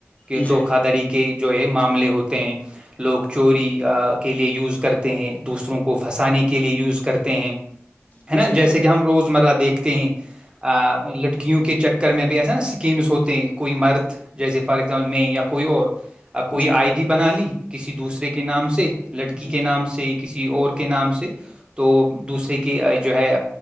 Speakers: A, on the right; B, on the left.
A: کہ
B: جی
A: دھوکھا دڑی کے جو ہے مام عملے ہوتے ہیں لوگ چوری کے لیے یوز کرتے ہیں دوسرے روں کو پنسانے کے لیے یوز کرتے ہیں ہے
B: جی
A: نا جیسے
B: جی
A: کہ ہم روز مرہ دیکھتے ہیں آ لڑکیوں کے چکر کر میں بھی ایسا نا اسکیمز ہوتے ہیں کوئی مرد جیسے فار ایگزامپل میں یا کوئی اور کوئی
B: جی
A: آئی
B: ہاں
A: ڈی بنا لی کسی دوسرے کے نام سے لڑکی
B: جی
A: کے نام
B: ہاں
A: سے کسی اور کے نام سے تو دوسرے کی کہ جو ہے